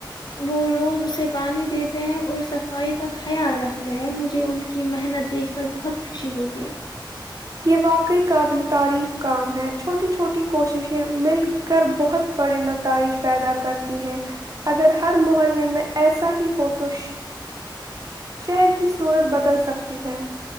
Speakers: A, on the left; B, on the right.
A: وہ روز اسے پانی دیتے ہیں اور صفائی کا خیال رکھتے ہیں مجھے ان کی محنت دیکھ کر بہت خوشی ہوتی ہے
B: یہ واقعی قابل تعریف کام ہے چھوٹی چھوٹی کوششیں مل کر بہت بڑے نتائج پیدا کرتی ہیں اگر ہر محلے میں ایسا ہی ہو تو شہر کی صورت بدل سکتی ہے